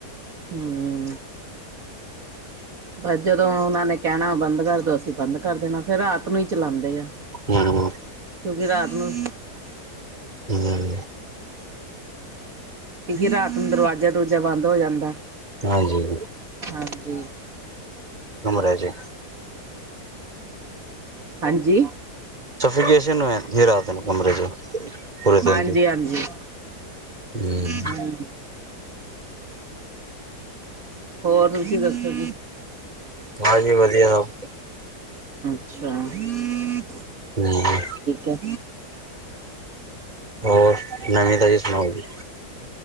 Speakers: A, on the right; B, on the right.
A: ਹਮ ਬਸ ਜਦੋਂ ਉਹਨਾਂ ਨੇ ਕਹਿਣਾ ਬੰਦ ਕਰਦੋ, ਅਸੀਂ ਬੰਦ ਕਰ ਦੇਣਾ, ਫਿਰ ਰਾਤ ਨੂੰ ਹੀ ਚਲਾਉਂਦੇ ਆ
B: ਹਮ-ਹਮ
A: ਕਿਉਂਕਿ ਰਾਤ ਨੂੰ
B: ਹਮ
A: ਕਿ ਫਿਰ ਰਾਤ ਨੂੰ ਦਰਵਾਜ਼ਾ ਦਰਵੂਜਾ ਬੰਦ ਹੋ ਜਾਂਦਾ।
B: ਹਾਂਜੀ
A: ਹਾਂਜੀ।
B: ਹੈਂਜੀ।
A: ਹਾਂਜੀ।
B: ਸਫੋਕੇਸ਼ਨ ਹੋ ਜਾਂਦੀ ਐ ਰਾਤ ਨੂੰ ਕਮਰੇ ਚ ਪੂਰੇ ਦਿਨ
A: ਹਾਂਜੀ-ਹਾਂਜੀ।
B: ਦੀ ਹਮ
A: ਹੂੰ, ਹੋਰ ਤੁਸੀਂ ਦੱਸੋ ਜੀ।
B: ਹਾਂਜੀ ਵਦੀਆ ਸਬ।
A: ਅੱਛਾ ਠੀਕ
B: ਹਮ
A: ਐ।
B: ਹੋਰ ਨਵੀਂ ਤਾਜ਼ੀ ਸਨਾਓ ਜੀ।